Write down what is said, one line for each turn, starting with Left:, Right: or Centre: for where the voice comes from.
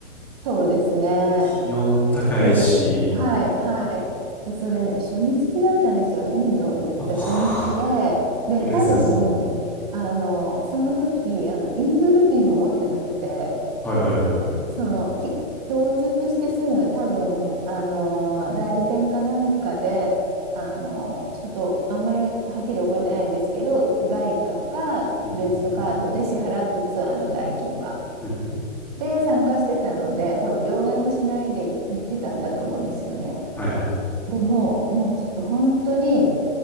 Right: そうですね。
Centre: 気温高いし、
Right: で、はい、はい。で、それね、初日だったんですよ。インド行った初日で。
Centre: <laughs> おー
Right: で、
Centre: 猛烈ですね。
Right: 多分、あの、その時、あの、インドルピーも持ってなくて、
Centre: はいはいはいはい。
Right: その、き、到着してすぐ、多分、あの、代理店かなんかで、あの、ちょっと、あんまりはっきり覚えてないですけど、外貨かクレジットカードで支払ってツアーの代金は。
Centre: うんうんうんうんうん
Right: で、参加してたので、多分、両替もしないで行ってたんだと思うんですよね。
Centre: はいはい。
Right: でもう、もうちょっと本当に